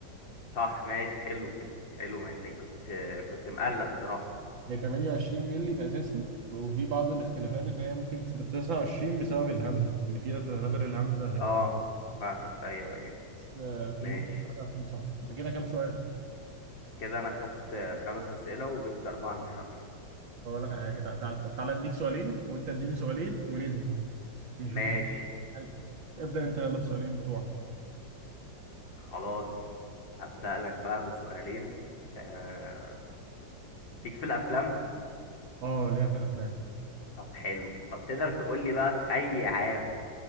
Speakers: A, on the left (about 75°); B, on the right (about 80°).
A: صح ماشي حلو حلو يعني كنت كنت مقلق بصراحة
B: هي 28 مللي الأساسي وفي بعض الاختلافات إن هي ممكن تبقى 29 بسبب الهمزة إن في ناس بتعتبر الهمزة هي واحدة
A: اه فاهمك ايوه ايوه
B: بس آه، في المطلق
A: ماشي
B: 28 صح أنت كده كام سؤال؟
A: كده انا خدت خمس اسئلة وجبت اربعة من خمسة
B: أقول لك على حاجة تع- تع- تعالى أديك سؤالين وأنت اديني سؤالين وننهي نشوف
A: ماشي
B: مين عايز. ابدأ انت يلا بسؤالين بتوعك
A: خلاص هبدأ لك بقى بسؤالين آه... ليك في الافلام
B: اه ليا في الافلام
A: طب حلو طب تقدر تقول لي بقى في اي عام